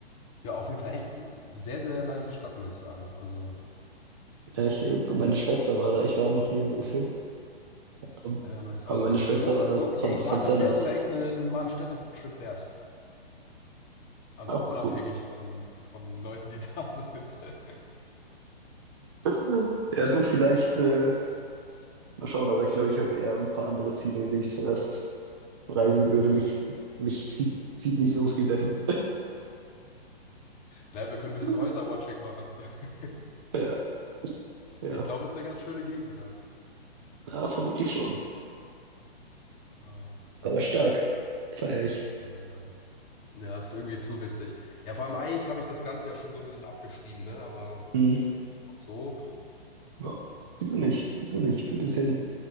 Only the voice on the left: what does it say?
Ja, auf jeden Fall echt äh, sehr, sehr nice Stadt, muss ich sagen. Also,
sehr
nice.
Also,
es
lohnt,
es
lohnt sich.
Ich sag,
das
wäre sogar echt ne- mal ein Städtetrip wert. Also
auch unabhängig
von, von Leuten, die da sind. <laughs>
Äh,
Ja.
Naja, wir können ein bisschen
Häuserwatching machen. <laughs>
Ich glaube, es ist eine ganz schöne Gegend da.
Äh,
Naja. Ja, Ja, ist irgendwie zu witzig. Ja, vor allem eigentlich habe ich das Ganze ja schon so ein bisschen abgeschrieben, ne? Aber
so,